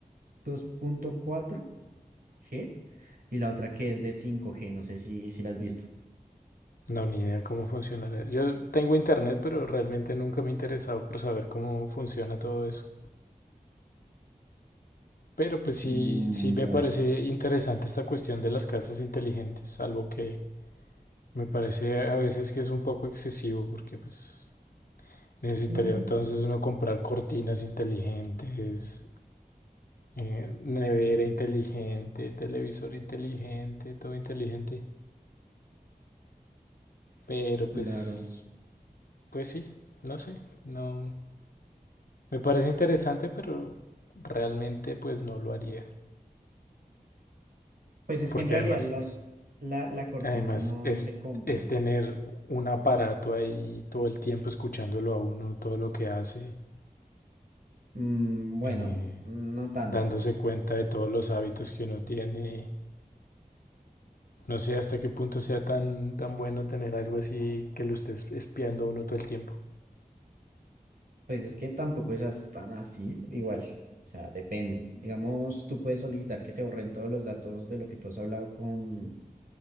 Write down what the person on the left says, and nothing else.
No, ni idea cómo funcionará. Yo tengo internet, pero realmente nunca me he interesado por saber cómo funciona todo eso. Pero pues sí,
sí me
parece interesante esta cuestión de las casas inteligentes, salvo que Me parece a veces que es un poco excesivo porque pues necesitaría
entonces uno comprar cortinas inteligentes, eh, nevera inteligente, televisor inteligente, todo inteligente. Pero
pues, pues sí, no sé, no. Me parece interesante, pero realmente pues no lo haría.
Porque
además,
además
es,
es tener un aparato ahí todo el tiempo escuchándolo a uno, todo lo que hace.
eh,
dándose cuenta de todos los hábitos que uno tiene. No sé hasta qué punto sea tan, tan bueno tener algo así que lo esté espiando a uno todo el tiempo.